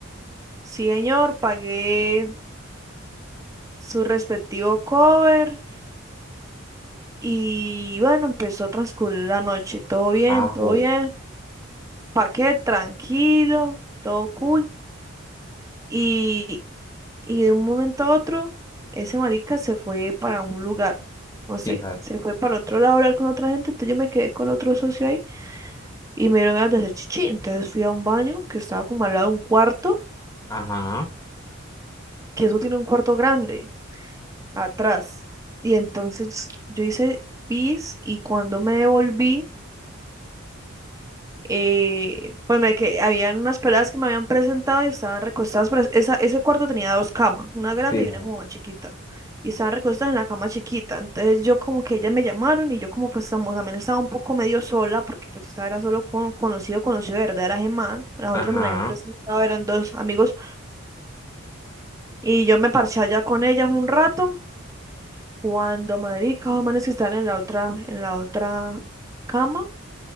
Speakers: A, on the right (about 15°); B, on the left (about 15°).
A: sí señor, pagué su respectivo cover y bueno, empezó a transcurrir la noche, todo bien,
B: Ajo.
A: todo bien, paqué tranquilo, todo cool. Y, Y de un momento a otro, ese marica se fue para un lugar, no sé,
B: Quizás.
A: se fue para otro lado a hablar con otra gente, entonces yo me quedé con otro socio ahí y me dieron ganas de hacer chichi, entonces fui a un baño que estaba como al lado de un cuarto,
B: Ajá.
A: que eso tiene un cuarto grande atrás, y entonces yo hice pis y cuando me devolví eh, pues me que habían unas peladas que me habían presentado y estaban recostadas, pero esa, ese cuarto tenía dos camas, una grande
B: Quizás.
A: y una como más chiquita. Y estaban recostadas en la cama chiquita. Entonces yo como que ellas me llamaron y yo como pues estamos, también estaba un poco medio sola porque pues estaba era solo con conocido, conocido de verdad era Gemán. Las otras
B: Ajá.
A: me la habían presentado, eran dos amigos. Y yo me parché allá con ellas un rato. Cuando marica, los manes que estaban en la otra, en la otra cama